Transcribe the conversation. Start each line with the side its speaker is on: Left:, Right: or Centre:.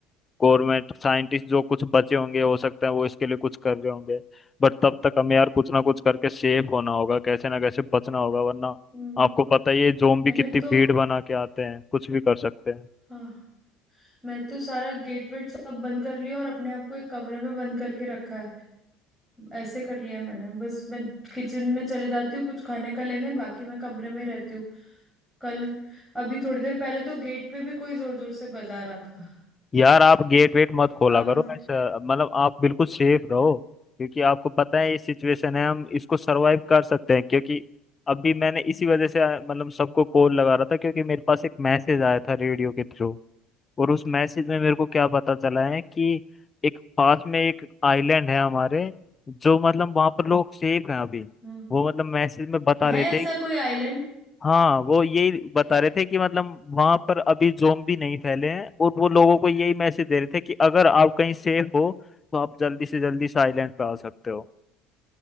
Left: गवर्नमेंट साइंटिस्ट जो कुछ बचे होंगे हो सकता है वो इसके लिए कुछ कर रहे होंगे बट तब तक हमें यार कुछ ना कुछ करके सेफ होना होगा कैसे ना कैसे बचना होगा वरना
Centre: हम्म,
Left: आपको पता ही है जोम्बी
Centre: मैंने
Left: कितनी
Centre: तो
Left: भीड़ बना के आते हैं कुछ भी कर सकते हैं
Centre: हाँ मैं तो सारा गेट वेट सब बंद कर लिया और अपने आप को एक कमरे में बंद करके रखा ऐसे कर लिया मैंने बस मैं किचन में चले जाती हूँ कुछ खाने का लेने बाकी मैं कमरे में रहती हूँ कल अभी थोड़ी देर पहले तो गेट पे भी कोई जोर जोर से बजा रहा था
Left: यार आप गेट वेट मत खोला
Centre: आवाज
Left: करो ऐसा मतलब आप बिल्कुल सेफ रहो क्योंकि आपको पता है ये सिचुएशन है हम इसको सरवाइव कर सकते हैं क्योंकि अभी मैंने इसी वजह से आ, मतलब सबको कॉल लगा रहा था क्योंकि मेरे पास एक मैसेज आया था रेडियो के थ्रू और उस मैसेज में मेरे को क्या पता चला है कि एक पास में एक आइलैंड है हमारे जो मतलब वहां पर लोग सेफ हैं अभी
Centre: हाँ
Left: वो मतलब मैसेज में बता
Centre: है
Left: रहे थे
Centre: ऐसा कोई आइलैंड
Left: हाँ वो यही
Centre: तो
Left: बता रहे थे कि मतलब वहां पर अभी ज़ोंबी नहीं फैले हैं और वो लोगों को यही मैसेज दे रहे थे कि अगर आप कहीं सेफ हो तो आप जल्दी से जल्दी से आइलैंड पे आ सकते हो